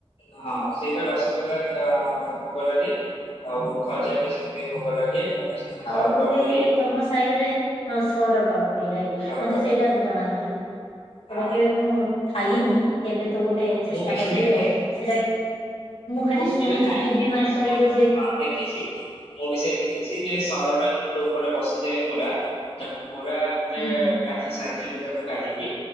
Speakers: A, on the left; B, on the left.
A: ହଁ ସେଇଟା ରସଗୋଲା ସେ ଅଁ ଭୋଗ ଲାଗେ। ଆଉ ଖଜା ବି ସେମିତି ଭୋଗ ଲାଗେ। ତାପରେ ସେମିତି
B: ଆଉ
A: ସର
B: ଗୋଟେ
A: ପାପୁଡି
B: ତମ ସାଇଟ୍ ରେ ହଁ ସର ପାପୁଡି ରାଇଟ୍
A: ସର
B: ମତେ
A: ପାପୁଡି
B: ସେଇଟା ଜଣାନଥିଲା ସେଇଟା
A: ହଁ।
B: କେବେ ମୁଁ ଖାଇନି କେବେ ତ ଗୋଟେ ଚେଷ୍ଟା
A: ମୁଁ ବି
B: କରିବି
A: କେବେ ଖାଇନି
B: ଆଉ ସେଇଟା ଖାଲି
A: ମୁଁ ବି
B: ଶୁଣିଛି
A: କେବେ ଖାଇନି
B: ଟିଭି ମାନଙ୍କରେ
A: ବଟ ଶୁଣୁଛି
B: ଯୋଉ
A: ହଁ ଦେଖିଛି। ମୁଁ ବି ସେ ଦେଖିଛି ଯେ ସରଟା ଯେତେବେଳେ ଉପରେ ବସିଯାଏ ପୁରା ତାକୁ ପୁରା ଗୋଟେ
B: ହୁଁ ହୁଁ
A: କାଠି ସାହାଯ୍ୟରେ ତାକୁ କାଢିକି